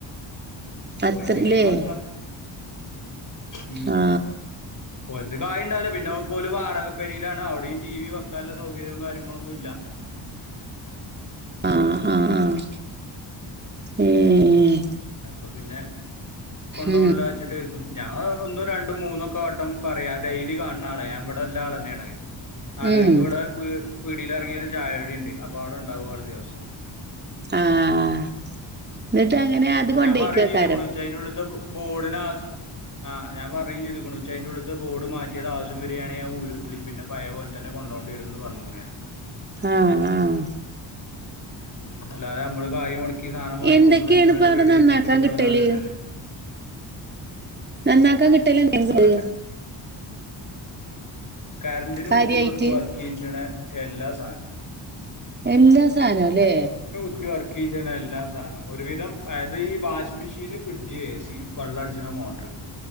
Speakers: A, on the right (about 20°); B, on the left (about 40°).
A: അത്രല്ലേ
B: ഓല്ക്കെന്നെയാണ് നഷ്ടം ഉം
A: ആ
B: ഓൽത്ത് കായ് ണ്ടാവുല്ല. പിന്നെ പ്പോ ഓല് വാടക പെരീലാണ് അവിടെയും ടി വി വെക്കാള്ള സൗകര്യവും കാര്യങ്ങളൊന്നും ഇല്ല.
A: ആഹ് ആഹ് ആഹ് ഏഹ് ഏഹ്
B: അപ്പൊ പിന്നെ കൊണ്ടോൺല്ല
A: ഉം
B: വെച്ചിട്ടേര്ക്കും. ഞാ ഒന്നും രണ്ടും മൂന്നൊക്കെ വട്ടം പറയും. ഞാ ഡെയിലി കാൺണ ആളെ ഞാൻ ഇവടെ ഇല്ല ആളെന്നെയാണ് നാലു
A: ഉം
B: മണിക്ക് ഇവടെ പീഡ്യെലെർങ്ങിയൊര് ചായുടിണ്ട്. അപ്പൊ അവ്ടെ ഉണ്ടാവും ആള് ദിവസം
A: ആഹ് ന്നിട്ട് അങ്ങനെ കൊണ്ടയ്ക്കാക്കാരം
B: ഞാ പറിം ചെയ്തുക്ക്ണു ഇച്ച് അയ്ന്റുള്ള്ത്തെ ബോട്നാവശ്യം ആഹ് ഞാൻ പറയും ചെയ്ത്ക്ക്ണ്. ഇച്ച് അയ്ന്റെ ഉള്ള്ത്തെ ബോഡ് മാറ്റിയത് ആവിശ്യം വരിയാണെ ഞാ ഊരും പിന്നെ പയേ പോൽത്തന്നെ കൊണ്ടോണ്ടിയെര്ന്ന് പർഞ്ഞുക്ക്ണ് ഞാന്
A: ആഹ് ആഹ്
B: അല്ലാതെ നമ്മള് കായ് മൊട്ക്കി സാധനം വാങ്ങി
A: എന്തൊക്കെയാണ്
B: കൊട്ന്ന് വെച്ചാണ്ട്
A: ഇപ്പ അവിടെ
B: റെഡിയാക്കിയിട്ട്
A: നന്നാക്കാൻ
B: പിന്നെ
A: കിട്ടല്
B: ഓല് അവ്ടെ ഇടല്ലേ <inaudible>
A: നന്നാക്കാൻ കിട്ടല് <unintelligible>
B: ഇവിടെ കര്ന്റിന്
A: കാര്യായിട്ട്
B: കുത്തി കൊടുത്ത് വർക്കെയ്യ്ച്ച്ണ എല്ലാ സാനും
A: എല്ലാ സാനോ ല്ലേ
B: വർക്ക് ചെയ്ച്ചണ എല്ലാ സാനം ഒരുവിധം അതായത് ഈ washing machine fridge A C വള്ളംടിച്ണ മോട്ടർ